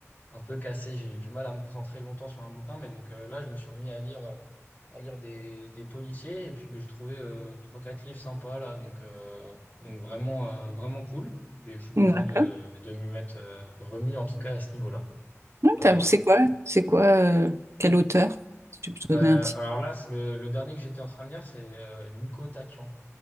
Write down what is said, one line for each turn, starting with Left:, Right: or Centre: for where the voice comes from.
Left: un peu cassé. J'ai eu du mal à me concentrer longtemps sur un bouquin, mais donc euh, là, je me suis remis à lire. euh, à lire des, des policiers. Et puis, bah, j'ai trouvé euh, trois quatre livres sympas, là. Donc, euh, donc vraiment, euh, vraiment cool. Et je suis content
Right: D'accord.
Left: de, de m'y mettre euh, remis, en tout cas, à ce niveau-là.
Right: Ouais,
Left: Voilà,
Right: t'as-
Left: voilà.
Right: C'est quoi? C'est quoi? euh, quel auteur? Si tu peux te
Left: Euh,
Right: donner un titre.
Left: alors là, c'est le, le dernier que j'étais en train de lire, c'est euh, Nico Taquian.